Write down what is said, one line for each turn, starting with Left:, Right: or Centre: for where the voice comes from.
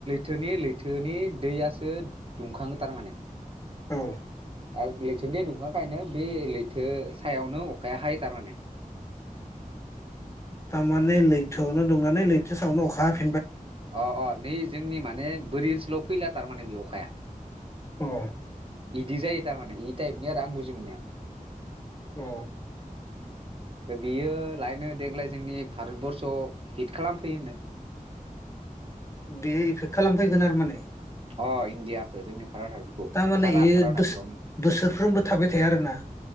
Right: थोनि लैथोनि दैयासो दुंखाङो थारमाने।
Left: औ।
Right: आरो लैथोनि दै दुंखांखायनो बे लैथो सायावनो अखाया हायो थारमाने।
Left: थारमाने लैथोआवनो दुंनानै लैथो सावनो अखा हाफिन
Right: अ अ नै जोंनि माने बोरि ओन्सोलाव फैला थारमाने बे अखाया।
Left: औ
Right: इदि जायो थारमाने इद टाइपनि आरो आं बुजि मोन्नायाव।
Left: अ।
Right: दा बियो लायनो देग्लाय जोंनि भारतबर्सआव हिट खालामफैयोनो।
Left: बेयो एफेक्ट खालामफैगोन आरो माने?
Right: अ इण्डियाखौ जोंनि भारत हादरखौ
Left: थारमाने
Right: सारा
Left: इयो
Right: भारत हादरावनो
Left: बोस बोसोरफ्रोमबो थाबाय थाया आरो ना।